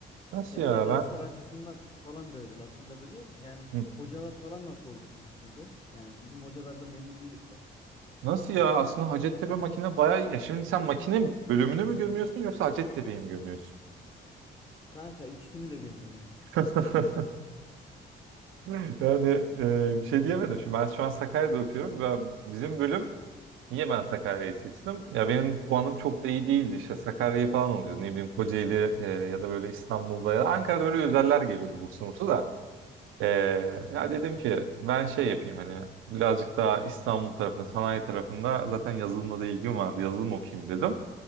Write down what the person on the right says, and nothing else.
Nasıl
ya
ben?
Hı.
Nasıl ya? Aslında Hacettepe makine bayağı... Ya şimdi sen makine bölümünü mü gömüyorsun yoksa Hacettepe'yi mi gömüyorsun?
<laughs> Yani eee, bir şey diyemedim. Şimdi ben şu an Sakarya'da okuyorum ve bizim bölüm Niye ben Sakarya'yı seçtim? Ya benim puanım çok da iyi değildi. İşte Sakarya'yı falan oluyordu. Ne bileyim Kocaeli e, ya da böyle İstanbul'da ya da Ankara'da böyle özeller geliyordu burslu burslu da. E, ya
dedim ki ben şey yapayım hani birazcık daha İstanbul tarafında, sanayi tarafında zaten yazılımla da ilgim vardı. Yazılım okuyayım dedim.